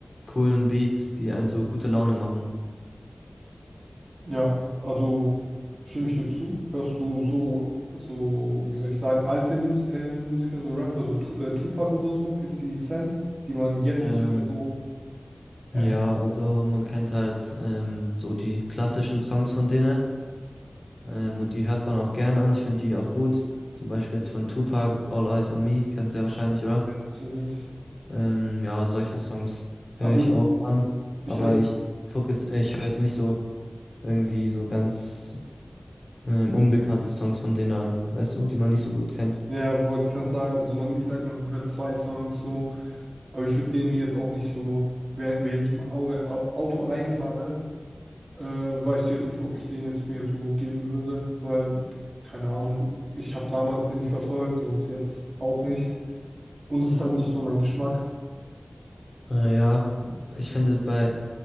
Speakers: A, on the left; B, on the right.
A: coolen Beats, die einen so gute Laune machen.
B: Ja, also stimme ich dir zu. Hörst du so, so, wie soll ich sagen, alte Mus äh, Musiker, so Rapper, so tu äh, Tupac oder so, Fifty Cent, die man jetzt
A: Ähm,
B: nicht mehr so. <laughs>
A: ja, also man kennt halt ähm, so die klassischen Songs von denen ähm, und die hört man auch gern an. Ich finde die auch gut. Zum Beispiel jetzt von Tupac, All Eyes on Me, kennst du ja wahrscheinlich, oder?
B: Ja, natürlich.
A: Ähm, ja, solche Songs höre
B: Aber
A: ich
B: Mhm.
A: auch an,
B: ich
A: aber
B: sag,
A: ich gucke jetzt, ich höre jetzt nicht so irgendwie so ganz ähm, unbekannte Songs von denen an, weißt du, die man nicht so gut kennt.
B: ja, wollte ich gerade sagen, also man, ich sag, man hört zwei Songs so, aber ich würde den mir jetzt auch nicht so, wenn, wenn ich im Au äh, Au- Auto alleine fahre, äh, weiß ich jetzt nicht, ob ich den jetzt mir so geben würde, weil, keine Ahnung, ich habe damals den nicht verfolgt und jetzt auch nicht. Und es ist halt nicht so mein Geschmack.
A: Äh, ja, ich finde bei